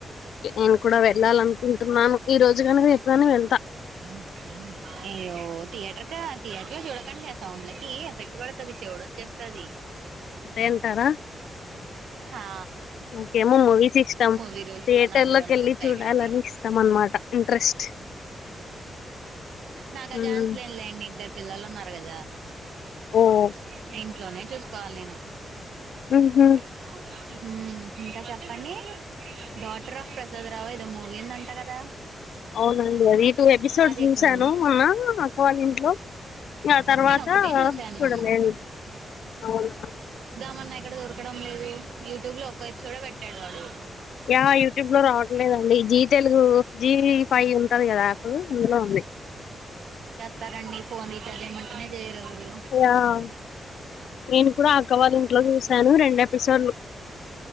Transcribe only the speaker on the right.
న్ని అయ్యో థియేటర్ ఇంకా థియేటర్ లో చూడకండి ఆ సౌండ్లకి ఎఫెక్ట్ పడుతది చెవుడ్ వచ్చేస్తది
హా
కొన్ని రోజు
లోన అందులోన
చూస్తయి
కొద్ది
నాకు ఆచాన్స్
లేదే లే అండి ఇద్దరు పిల్లలు ఉన్నారు కదా
ట్ ఇంట్లోనే చూసుకోవాలి నేను
ఏందో ఆ గురా హ ఇంకా చెప్పండి డాటర్ ఆఫ్ ప్రసాద్ రావు ఏదో మూవీందంట కదా
అది
ఎక్కడుంది
నేను ఒకటే చూసాను
మన్నా ఎక్కడ దొరకడం లేదు యూట్యూబ్ లో ఒక్క ఎపిసోడ్ పెట్టాడు వాడు
స్తారండి ఫోన్ చదివి మంటే చేయరువు